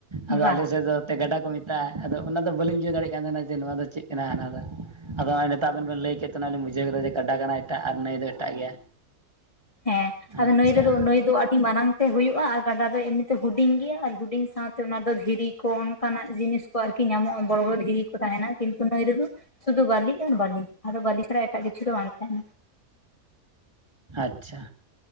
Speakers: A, on the right; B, on the left.
A: ᱟᱫᱚ
B: ᱵᱟ
A: ᱟᱞᱮ ᱥᱮᱫ ᱫᱚ ᱛᱮ ᱜᱟᱰᱟ ᱠᱚ ᱢᱮᱛᱟᱜᱼᱟ ᱟᱫᱚ ᱚᱱᱟ ᱫᱚ ᱵᱟᱹᱞᱤᱧ ᱵᱩᱡᱷᱟᱹᱣ ᱫᱟᱲᱮᱠᱟᱱ ᱛᱟᱦᱮᱱᱟ ᱡᱮ ᱱᱚᱣᱟ ᱫᱚ ᱪᱮᱫ ᱠᱟᱱᱟ ᱦᱟᱱᱟ ᱫᱚ᱾ ᱟᱫᱚ ᱱᱚᱜᱼᱚᱭ ᱱᱤᱛᱟᱜ ᱟᱵᱮᱱ ᱵᱮᱱ ᱞᱟᱹᱭ ᱠᱮᱫ ᱛᱮᱞᱤᱧ ᱵᱩᱡᱷᱟᱹᱣ ᱠᱮᱫᱟ ᱡᱮ ᱠᱟᱰᱟ ᱠᱟᱱᱟ ᱮᱴᱟᱜ ᱟᱨ ᱱᱟᱹᱭ ᱫᱚ ᱮᱴᱟᱜ ᱜᱮᱭᱟ᱾
B: ᱦᱮᱸ ᱟᱦᱚ
A: ᱟᱪᱪᱷᱟ
B: ᱱᱩᱭ ᱨᱮᱫᱚ ᱱᱩᱭ ᱫᱚ ᱟᱹᱰᱤ ᱟᱹᱰᱤ ᱢᱟᱨᱟᱝ ᱛᱮ ᱦᱩᱭᱩᱜᱼᱟ ᱟᱨ ᱜᱟᱰᱟ ᱫᱚ ᱮᱢᱱᱤᱛᱮ ᱦᱩᱰᱤᱧ ᱜᱮᱭᱟ ᱟᱨ ᱦᱩᱰᱤᱧ ᱥᱟᱶᱛᱮ ᱚᱱᱟ ᱫᱚ ᱫᱷᱤᱨᱤ ᱠᱚ ᱚᱱᱠᱟᱱᱟᱜ ᱡᱤᱱᱤᱥ ᱟᱨᱠᱤ ᱧᱟᱢᱚᱜᱼᱟ ᱵᱚᱲᱚ ᱵᱚᱲᱚ ᱫᱷᱤᱨᱤ ᱠᱚ ᱛᱟᱦᱮᱱᱟ ᱠᱤᱱᱛᱩ ᱱᱟᱹᱭ ᱨᱮᱫᱚ ᱥᱩᱫᱩ ᱵᱟᱞᱤᱜ ᱟ ᱵᱟᱹᱞᱤ ᱟᱨᱫᱚ ᱵᱟᱹᱞᱤ ᱪᱷᱟᱲᱟ ᱮᱴᱟᱜ ᱠᱤᱪᱷᱩ ᱫᱚ ᱵᱟᱝ ᱛᱟᱦᱮᱸᱱᱟ᱾
A: ᱟᱪᱪᱷᱟ᱾